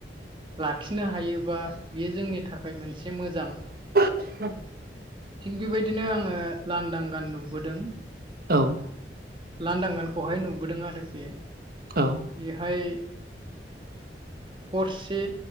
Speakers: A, on the right; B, on the right.
A: लाखिनो हायोबा बेयो जोंनि थाखाय मोनसे मोजां
B: <inaudible>
A: थिग बेबायदिनो आङो लांदां गान नुबोदों
B: औ
A: लांदांगान खौहाय नुबोदों आरोखि
B: औ
A: बेहाय हरसे